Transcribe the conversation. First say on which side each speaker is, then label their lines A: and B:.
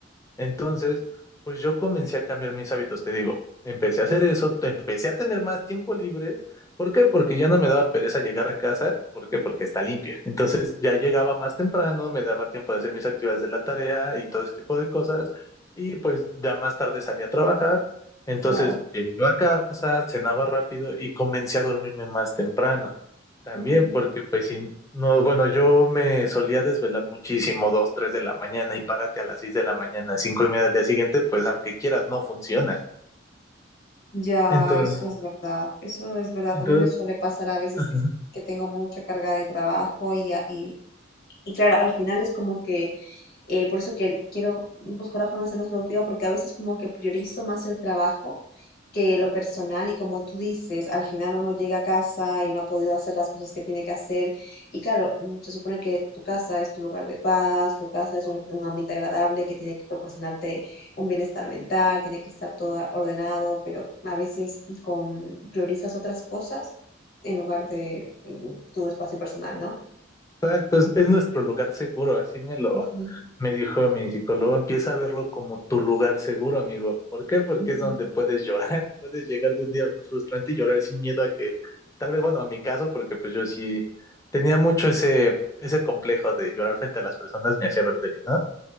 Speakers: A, on the left; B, on the left.
A: Entonces, pues yo comencé a cambiar mis hábitos, te digo, empecé a hacer eso, te- empecé a tener más tiempo libre. ¿Por qué? Porque ya no me daba pereza llegar a casa. ¿Por qué? Porque está limpia. Entonces ya llegaba más temprano, me daba tiempo de hacer mis actividades de la tarea y todo ese tipo de cosas. Y pues ya más tarde salí a trabajar. Entonces
B: Claro.
A: llegué a casa, cenaba rápido y comencé a dormirme más temprano. También
B: ujú.
A: porque pues si no, bueno, yo me solía desvelar muchísimo, dos, tres de la mañana y párate a las seis de la mañana, cinco y media del día siguiente, pues aunque quieras, no funciona.
B: Ya,
A: Entonces,
B: eso es verdad. Eso es verdad.
A: entonces,
B: A mí me suele pasar a veces
A: ajá.
B: que, que tengo mucha carga de trabajo y, a- y, Y claro, al final es como que, eh, por eso que quiero buscar la forma de ser más productiva, porque a veces como que priorizo más el trabajo que lo personal y como tú dices, al final uno llega a casa y no ha podido hacer las cosas que tiene que hacer y claro, mm, se supone que tu casa es tu lugar de paz, tu casa es un, un ambiente agradable que tiene que proporcionarte un bienestar mental, tiene que estar todo ordenado, pero a veces con, priorizas otras cosas en lugar de mm, tu espacio personal, ¿no?
A: Exacto, es, es nuestro lugar seguro, así me lo
B: Ujú,
A: me dijo mi psicólogo, empieza a verlo como tu lugar seguro, amigo. ¿Por qué? Porque
B: ujú.
A: es donde puedes llorar, <laughs> puedes llegar de un día frustrante y llorar sin miedo a que, tal vez, bueno, en mi caso, porque pues yo sí tenía mucho ese, ese complejo de llorar frente a las personas, me hacía ver débil, ¿no?